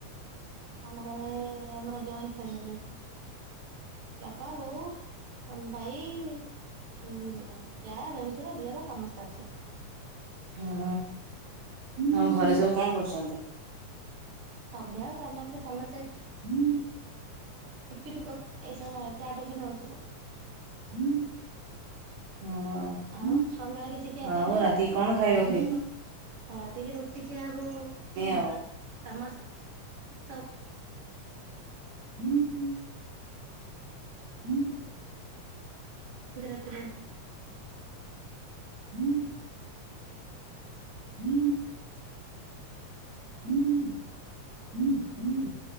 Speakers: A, on the right; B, on the right.
A: ଆମ ଘରେ ଆମର ଜଏଣ୍ଟ ଫ୍ୟାମିଲି ବାପା ବୋଉ ଭାଇ ଯା ଦେଢଶୁର ଦିଅର ସମସ୍ତେ ଅଛନ୍ତି।
B: ହଁ ଆଉ ଘରେ ସବୁ କଣ କରୁଛନ୍ତି?
A: ସନ୍ଧ୍ୟାବେଳେ ସମସ୍ତେ ସମତେ
B: ହୁଁ।
A: ଟିଫିନ୍ କର-ଏଇ ସମୟ ଚା ଟିଫିନ୍ ହଉଥିବ।
B: ହୁଁ। ହଁ
A: ଆଉ ସନ୍ଧ୍ୟାବେଳେ କିଛି ଖିଆପିଆ
B: ଆଉ
A: ନାହିଁ?
B: ରାତି କି କଣ ଖାଇବାକୁ ହେଇ
A: ରାତିକି ରୁଟି ଖିଆହବ
B: ଆଉ।
A: ତମର୍ ସବ୍
B: ହୁଁ ହୁଁ। ହୁଁ।
A: ଖାଆନ୍ତି ରାତିରେ।
B: ହୁଁ। ହୁଁ ହୁଁ ହୁଁ